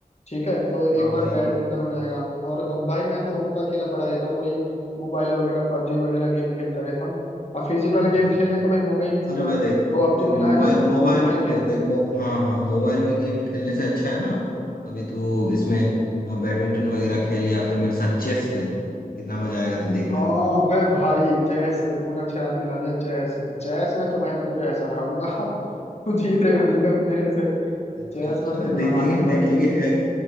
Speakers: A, on the left (about 45°); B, on the left (about 80°).
A: ठीक है तो एक
B: हाँ
A: बार
B: भाई
A: बैडमिंटन हो जाएगा और अब भाई मैं तो रूम पर अकेला पड़ा रहता हूँ वही मोबाइल वगैरह पबजी वगैरह गेम खेलता रहता हूँ अब फिजिकल गेम
B: अच्छा
A: खेलने का भाई मौका ही नहीं मिलता
B: अरे भाई देख
A: तो अब
B: देख
A: तू मिला
B: मोबाइल
A: है ना दोनों
B: मोबाइल
A: भाई खेलेंगे
B: देख देख मो, हाँ हाँ मोबाइल में गेम खेलने से अच्छा है ना अभी तू इसमें अ, बैडमिंटन वगैरह खेल या फिर मेरे साथ चेस खेल कितना मजा आएगा तू देखना
A: हाँ बे भाई चेस तूने अच्छा याद दिला दिया चेस चेस में तो भाई मैं तुझे ऐसा हराऊंगा <laughs> तू जीतेगा नहीं कभी मेरे से
B: अच्छा
A: चेस
B: अच्छा
A: में तो इतना
B: देखेंगे
A: माहिर हूँ भाई
B: देखेंगे एक